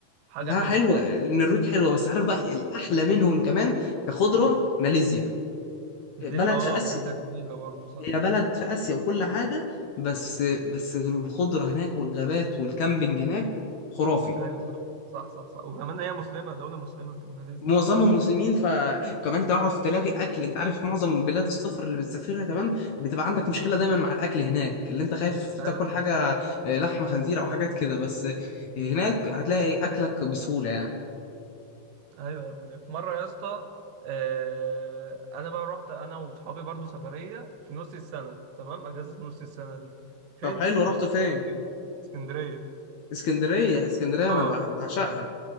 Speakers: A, on the right; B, on the left.
A: وحاجة
B: لا
A: حلوة
B: حلوه النرويج حلوه بس عارف بقى الاحلى منهم كمان كخضره ماليزيا
A: ماليزيا
B: بلد
A: اه
B: في اسيا
A: ماليزيا جميلة برضه صح
B: هي بلد في اسيا وكل حاجه بس بس الخضره هناك والغابات والكامبينج هناك خرافي
A: ايوه صح صح صح صح وكمان هي مسلمه دوله مسلمه طب ما لازم
B: معظمهم مسلمين فكمان تعرف تلاقي اكل انت عارف معظم بلاد السفر اللي بتسافرها تمام بتبقى عندك مشكله دايما مع الاكل هناك اللي انت خايف
A: ايوه
B: تاكل حاجه
A: صح
B: آه، لحمه خنزير او حاجات كده بس آه، هناك هتلاقي اكلك بسهوله يعني
A: ايوه يا ابني في مره يا اسطى آه، انا بقى رحت انا واصحابي برضو سفريه في نص السنه تمام اجازه نص السنه دي فين
B: طب حلو رحت فين
A: في اسكندريه
B: اسكندريه اسكندريه
A: اه
B: انا بع- بعشقها